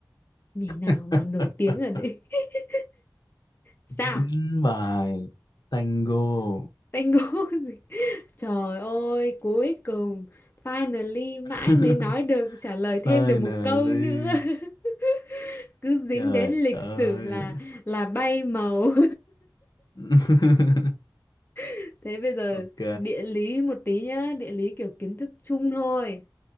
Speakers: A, on the left; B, on the left.
A: nhảy nào
B: <laughs>
A: mà nổi tiếng ở đấy <laughs> sao
B: dính bài tango
A: tango <laughs> Trời ơi, cuối cùng finally
B: <laughs>
A: mãi mới nói được trả lời thêm
B: tơi
A: được
B: nờ
A: một câu
B: ly
A: nữa. <laughs> Cứ dính
B: trời
A: đến lịch
B: ơi
A: sử là là bay màu.
B: <laughs>
A: <laughs> Thế bây giờ
B: ok
A: địa lý một tí nhá, địa lý kiểu kiến thức chung thôi.